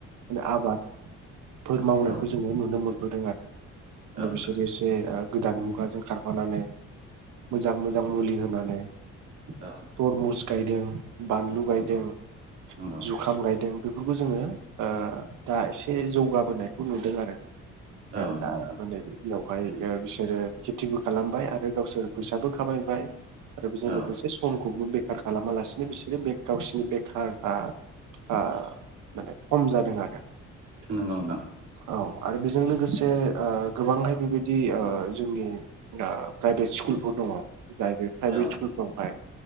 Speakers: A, on the right (about 80°); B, on the right (about 60°).
A: <unintelligible> आबादफोर मावनायखौ
B: औ
A: जोङो नुनो मोनबोदों आरो। माने
B: औ नोंथां
A: बिसोर एसे गोदान मुगाजों खारफानानै मोजां- मोजां मुलि होनानै।
B: औ
A: तरमुस गायदों, बानलु गायदों,
B: नंगौ नंगौ
A: जुखाम गायदों। बेफोरखौ जोङो, ओ दा एसे जौगाबोनायखौ नुदों आरो।
B: औ
A: <unintelligible>
B: नंगौ
A: बेवहाय
B: नोंथां
A: बिसोरो खेथिबो खालामबाय आरो गावसोर फैसाबो खामायबाय। आरो बेजों
B: औ
A: लोगोसे समखौबो बेखार खालामालासिनो बिसोरो बे गावसिनि बेखारा ओ माने खम जादों आरो।
B: नोंगौ नोंथां।
A: औ आरो बेजों लोगोसे लोगोसे ओ गोबांहाय बेबायदि जोंनि प्राइभेट स्कुलफोर दङ। जाय बे प्राइभेट
B: औ
A: स्कुलफ्रावहाय